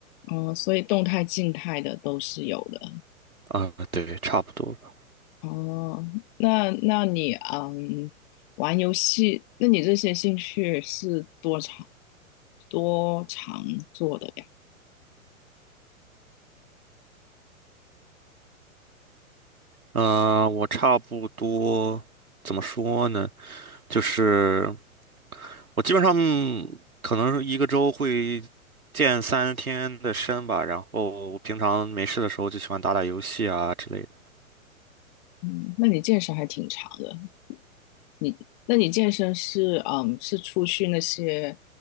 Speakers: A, on the left; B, on the right.
A: 哦，所以动态、静态的都是有的。
B: 啊、对，差不多吧。
A: 哦，那那你嗯，玩游戏，那你这些兴趣是多长多长做的呀？
B: 呃，我差不多怎么说呢？就是我基本上可能一个周会健三天的身吧，然后我平常没事的时候就喜欢打打游戏啊之类的。
A: 嗯，那你健身还挺长的。你那你健身是嗯是出去那些